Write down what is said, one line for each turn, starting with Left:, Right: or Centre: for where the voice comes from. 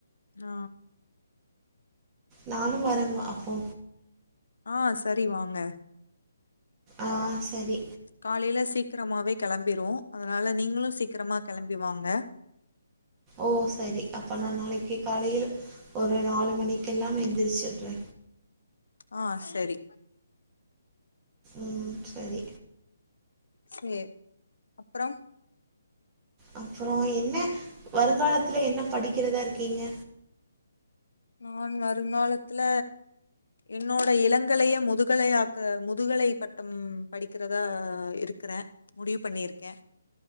Left: ஆ.
Right: நானும் வரவா அப்போ
Left: ஆஹ் சரி வாங்க
Right: ஆஹ் சரி
Left: காலைல சீக்கிரமாவே கெளம்பிரு அதனால நீங்களு சீக்கிரமா கெளம்பி வாாங்க
Right: ஓ சரி அப்ப நா நாளைக்கு காலைலு ஒரு நாலு மணிக்கெல்லாம் எந்திரிச்சட்றே
Left: ஆஹ் செரி
Right: உம் சரி
Left: சேர் அப்பறோ
Right: அப்பறோ என்ன வருங்காலத்துல என்ன படிக்கிறதா இருக்கீங்க
Left: நான் வருங்காலத்துல என்னோட இளங்கலைய முதுகலையாக்க முதுகலை பட்டம் படிக்கிறதா இருக்கறே முடிவு பண்ணிருக்கே